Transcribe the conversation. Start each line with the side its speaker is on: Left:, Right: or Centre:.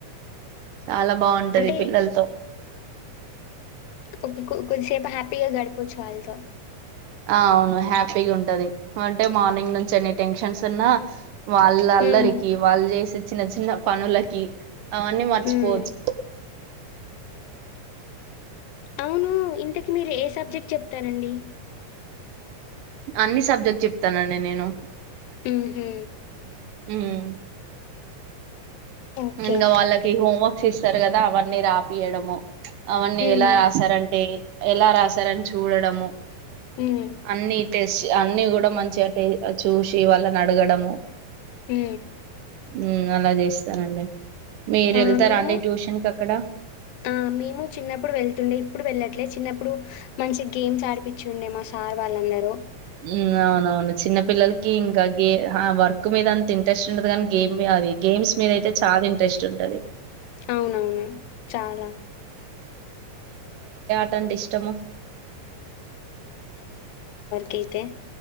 Right: చాలా బాగుంటది
Left: అంటే
Right: పిల్లలతో
Left: కొ కొద్దిసేపు హ్యాపీగా గడుపొచ్చు వాళ్ళతో
Right: అ అవును హ్యాపీగా ఉంటది అంటే మార్నింగ్ నుంచి ఎన్ని టెన్షన్స్ ఉన్నా వాళ్ళ అల్లరికి
Left: హ్మ్.
Right: వాళ్ళు చేసి చిన్న చిన్న పనులకి అవన్నీ మర్చిపోవచ్చు
Left: హ్మ్. అవును ఇంతకి మీర్ ఏ సబ్జెక్ట్ చెప్తారండి
Right: అన్ని సబ్జెక్ట్ చెప్తానండి నేను
Left: మ్ హు
Right: అ హు మ్
Left: ఓకే.
Right: నిన్ గా వాళ్ళకి హోం వర్క్ క్షిస్తారు కదా అవన్నీ రాపియడము అవన్నీ
Left: హ్మ్.
Right: ఎలా రాశారంటే ఎలా రాశారని చూడడము
Left: హు
Right: న్నిీ టెస్ట్ అన్నిీ కూడా మంచిగా టే చూసి వాళ్ళ నడగడము
Left: హు
Right: హు అలా జేస్ స్తానండి మీరు
Left: ఆ!
Right: వెళ్తార
Left: మేము
Right: అండి ట్యూషన్ క క్కడ
Left: ఆ మేము చిన్నప్పుడు వెళ్తుండే ఇప్పుడు వెళ్ళట్లే చిన్నప్పుడు మంచి గేమ్స్ ఆడిపిచ్చుండే మా సార్ వాళ్ళందరూ
Right: హు అవునవును చిన్న పిల్లలకి ఇంకా కీ ఆ వర్క్ మీద అంత ఇంట్రెస్ట్ ఉండదు కానీ గేమ్ మీ అది గేమ్స్ మీద అయితే చాల ఇన్ ట్రేస్ట్ ఉంటది
Left: అవునవును చాలా
Right: టం ఇష్టము
Left: కీతే